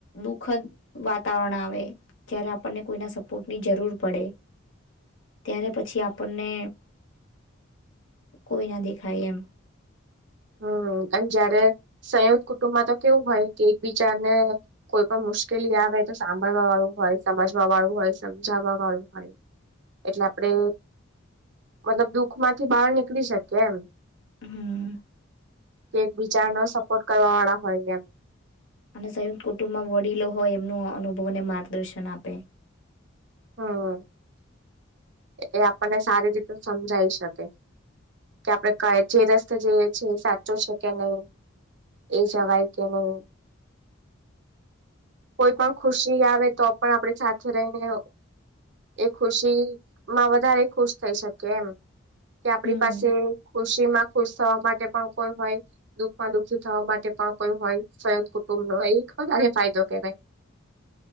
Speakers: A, on the left; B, on the right.
A: દુખદ વાતાવરણ આવે જય્યારે આપણને કોઈના સપોર્ટ ની જરૂર પડે, ત્યારે પછી આપણને કોઈના દે થાય એમ
B: હમ અને જયારે સંયક્ત કુટુંબમાં તો કેવું હોય કે એક બીજાને કોઈ પણ મુશ્કેલી આવે તો સા વા વાળું હોય, સમજવા વાળું હોય, સમજાવવા વાળું હોય, એટલે આપડે મતલબ દુખ માંથી બહાર નીકળી શકીએ. એમ
A: હમ્મ.
B: કે એક બિચાર નો સપોર્ટ કરવા વાળા હોય એમ
A: અને સંયુક્ત કુટુંબમાં વડીલો હોય એમનું અનુભવને માર્ગદર્શન આપે.
B: હમ્મ, એ આપણને સારી રીતે સમજાઈ શકે. કે આપણે કઈ જે રસ્તે જઈએ છી એ સાચો છે કે નહી એ જવાય કે નહી. કોઈ પણ ખુશી આવે તો પણ આપડી સાથે રહીને એ ખુશી માં વધારે ખુશ થઈ શકે એમ. કે આપડી
A: હમ
B: પાસે ખુશી માં ખુશ થવા માટે પણ કોઈ હોય દુઃખમાં દુઃખી થવા માટે પણ કોઈ હોય, સરદ કુટુંબ નો એક વધારે ફાયદો. કહેવાય.